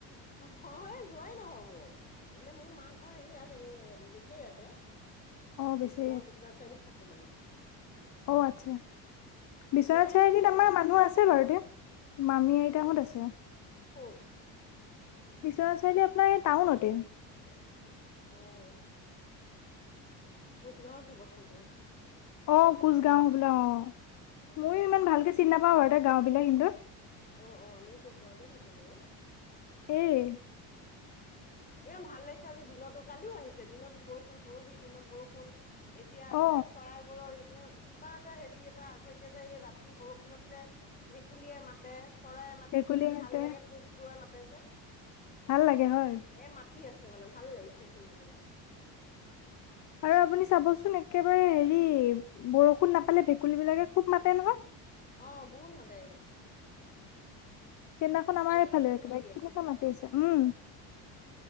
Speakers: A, on the left (about 20°); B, on the left (about 45°).
A: হয়, যোৱাই নহয়। এনে মোৰ মা ঘৰ হেইয়াত এ বেচেৰীয়াতে।
B: অ' বেচেৰি
A: মই বিশ্বনাথ চাৰিআলিত থাকো মানে।
B: অঁ আচ্ছা। বিশ্বনাথ
A: যোৱাই
B: চাৰিআলিত
A: নহয়
B: আমাৰ মানুহ আছে বাৰুতে, মামী আইতাহত
A: অ
B: আছে।
A: ক'ত?
B: বিশ্বনাথ চাৰিআলি আপোনাৰ এই টাউনতে।
A: অ, কোচগাঁৱত হ'ব চাগে!
B: অ কোচগাওঁ হবলা অ,
A: অ
B: মইয়ো
A: অ অ
B: ইমান ভালকে চিনি নাপাওঁ বাৰু তে গাওঁ বিলাক কিন্তু।
A: অ, অ আমিও কোচগাঁৱতে থাকো বাৰু।
B: এই
A: ইমান ভাল লাগিছে আজি দিনত কালিও আহিছে দিনত বৰষুণ পৰহি দিনত বৰষুণ - এতিয়া মানে
B: অ
A: চৰাইবোৰৰ - অ কিবা এটা হেৰি এটা আঘত দিয়ে যে এই ৰাতি বৰষুণত যে ভেকুলীয়ে মাত- মাতে চৰাইয়ে মাতে
B: ভেকুলী
A: ইমান
B: মাতে
A: ভাল লাগে পোকবোৰে মাতে যে।
B: ভাল লাগে হয়।
A: এ মাতি আছে মানে ভাল লাগিছে শুনি পেলাই।
B: আৰু আপুনি চাবচোন একেবাৰে হেৰি বৰষুণ নাপালে ভেকুলী বিলাকে খুব মাতে নহয়।
A: অঁ, বহুত মাতে।
B: সেইদিনাখন আমাৰফালে
A: কালিও বহুত
B: একেবাৰে
A: মাতি
B: কেনেকুৱা
A: আছিলে
B: মাতিছে, উম?